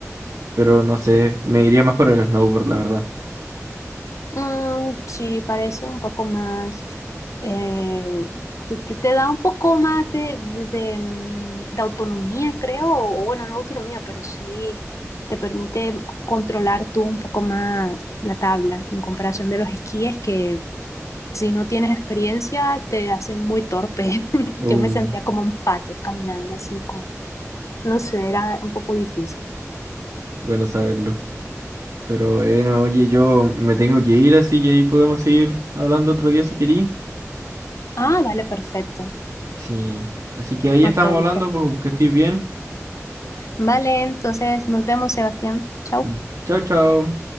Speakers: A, on the right (about 75°); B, on the left (about 70°).
A: pero no sé, me iría más por el snowboard, la verdad.
B: Mm, sí, parece un poco más, eh, te, te- te da un poco más de, de, de, mm, de autonomía, creo, o bueno, no autonomía, pero sí te permite controlar tú un poco más la tabla en comparación de los esquíes que si no tienes experiencia te hacen muy torpe. <laughs>
A: Uh,
B: Yo me sentía como un pato caminando así, con, no sé, era un poco difícil.
A: bueno saberlo. Pero bueno, oye, yo me tengo que ir, así que ahí podemos seguir hablando otro día si querís.
B: Ah, vale, perfecto.
A: Sí. Así que ahí
B: Ok,
A: estamos
B: ok.
A: hablando, pues, que estés bien.
B: vale, entonces nos vemos, Sebastián. Chao.
A: Mm. Chao, chao.